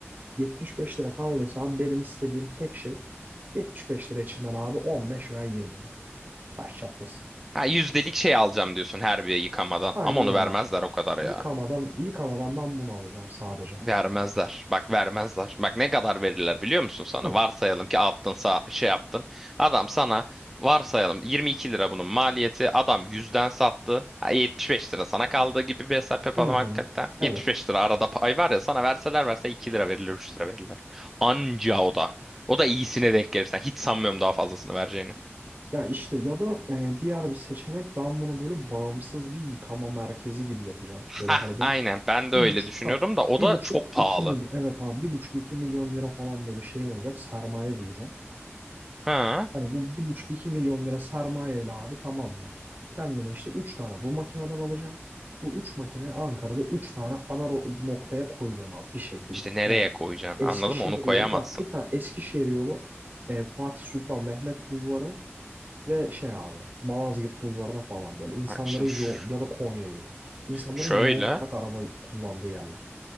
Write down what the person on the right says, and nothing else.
yetmiş beş lira kaldıysa abi benim istediğim tek şey 75 lira içinden abi 15 veya 20 lira. Taş çatlasın.
Aynen
öyle
abi.
Yıkamadan yıkamadan ben bunu alacağım sadece.
Hı
hı. hı.
Evet.
Ya işte ya da e, diğer bir seçenek ben bunu böyle bağımsız bir yıkama merkezi gibi yapacağım. Böyle
hani bir,
bir
buçuk
ha
bir
buçuk
iki milyon evet abi bir buçuk iki milyon lira falan böyle şeyim olacak sermaye bulacağım.
Hani bu bir buçuk iki milyon lira sermayeyle abi tamam mı? Kendime işte üç tane bu makineden alacağım. Bu üç makineyi Ankara'da üç tane ana ro- noktaya koyacağım abi bir şekilde.
Yani
Eskişehir
yolu bak bir tane Eskişehir yolu e, Fatih Sultan Mehmet Bulvarı ve şey abi Malazgirt Bulvarı'na falan böyle insanların
yoğun
ya da Konya yolu. İnsanların
yoğun olarak araba kullandığı yerler.